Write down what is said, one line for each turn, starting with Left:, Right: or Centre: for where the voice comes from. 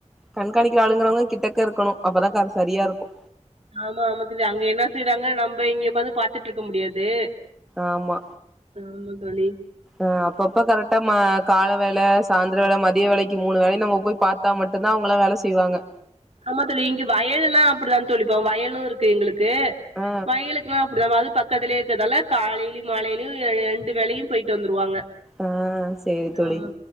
Centre: கண்காணிக்கிற ஆளுங்கிறவங்க கிட்டக்க இருக்கணு அப்பதா கா அது சரியா இருக்கோ
Right: ஆமா ஆமா தோலி அங்க என்ன செய்யறாங்க நம்ம இங்க உக்காந்து பார்த்துட்டு இருக்க முடியாது
Centre: ஆமா
Right: ஆமா தோழி
Centre: ஆஹ் அப்பப்ப கரெக்டா மா கால வேல சாய்ந்தர வேல மதிய வேலைக்கு மூணு வேலையு நம்ம போய் பார்த்தா மட்டுந்தா அவுங்கலா வேல செய்வாங்க
Right: ஆமா தோலி இங்க வயலு எல்லா அப்டிதா தோலி வயலு இருக்கு எங்களு க்கு
Centre: ஆ
Right: வயிலுக்கலா <unintelligible> பக்கத்திலே இருக்கதால காலையிலு மாலையிலு ரெண்டு வேலையு போயிட்டு வந்துருவாங்க
Centre: ஆஹ் சேரி தோழி
Right: ஆமா